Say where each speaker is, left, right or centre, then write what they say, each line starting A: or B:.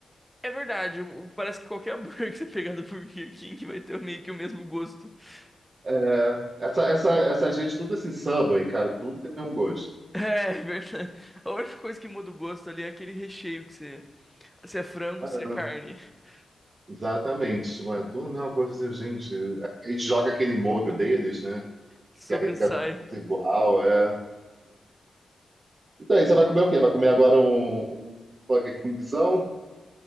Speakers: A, in the centre; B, on the right.
A: é verdade. o- Parece que qualquer <laughs> hambúrguer que você pegar do Burger King vai ter meio que o mesmo gosto. <laughs>
B: É, essa, essa, essa gente, tudo assim, Subway, cara, tudo tem o mesmo gosto.
A: É, é verdade. A única coisa que muda o gosto ali é aquele recheio que você. Se é frango,
B: É,
A: se é carne. <laughs>
B: exatamente. Tipo, é tudo a mesma coisa, assim, gente. É porque A gente joga aquele molho deles, né?
A: Sobressai.
B: Que aí fica tudo igual, é. Então aí, você vai comer o quê? Vai comer agora um, um Burger Kingzão?